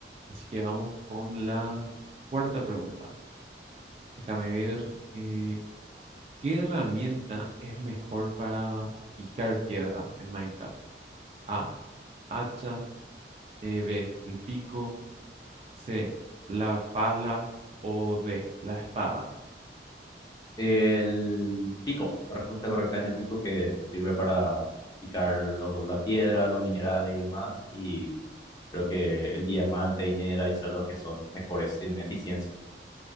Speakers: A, on the right; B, on the left.
A: Así que vamos con la cuarta pregunta. Déjame ver, eh, ¿qué herramienta es mejor para picar piedra en Minecraft? A, hacha, eh, B, el pico, C, la pala o D, la espada.
B: El pico, la respuesta correcta es el pico que sirve para picar los, la piedra, los minerales y demás. Y creo que el diamante y nera y son los que son mejores en eficiencia.